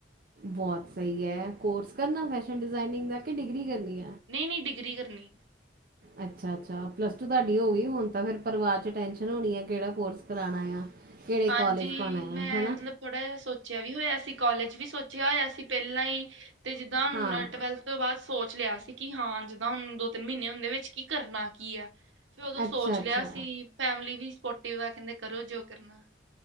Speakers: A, on the right; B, on the right.
A: ਬੋਅਤ ਸਹੀ ਹੈ, ਕੋਰਸ ਕਰਨਾ ਫੈਸ਼ਨ ਡਿਜ਼ਾਇਨਿੰਗ ਦਾ ਕੇ ਡਿਗਰੀ ਕਰਨੀ ਐ?
B: ਨਈ ਨਈ ਡਿਗਰੀ ਕਰਨੀ।
A: ਅੱਛਾ-ਅੱਛਾ, ਪਲੱਸ ਟੂ ਤਾਡੀ ਹੋ ਗਈ ਹੁਨ ਤੇ ਫੇਰ ਪਰਵਾਰ ਚ ਟੈਂਸ਼ਨ ਹੋਣੀ ਏ ਕੇੜਾ ਕੋਰਸ ਕਰਾਨਾ ਆ। ਕਿਹੜੇ
B: ਹਾਂਜੀ
A: ਕਾਲਜ ਪਾਣਾ ਆ,
B: ਮੈਂ
A: ਹੈ ਨਾ?
B: ਮਤਲਬ ਥੋੜਾ ਜੇਆ ਸੋਚੇਆ ਵੀ ਹੋਏਆ ਸੀ ਕੋਲਜ ਵੀ ਸੋਚੇਆ ਹੋਏਆ ਸੀ ਪੈਲਾਂ ਹੀ ਤੇ ਜਿੱਦਾ ਹੁਨ
A: ਹਾਂ।
B: ਟਵੈਲਥ ਤੋਂ ਬਾਦ ਸੋਚ ਚ ਲੇਆ ਸੀ ਕਿ ਹਾਂ ਜਿੱਦਾ ਹੁਨ ਦੋ-ਤਿੰਨ ਮੀਨੇ ਹੁੰਦੇ ਵਿੱਚ ਕੀ ਕਰਨਾ ਕੀ ਆ। ਫਿਰ ਓਦੋਂ ਸੋਚ
A: ਅੱਛਾ ਅੱਛਾ,
B: ਲੇਆ ਸੀ ਫੈਮਿਲੀ ਵੀ ਸਪੋਟਿਵ ਵਾ ਕੈਂਦੇ ਕਰੋ ਜੋ ਕਰਨਾ।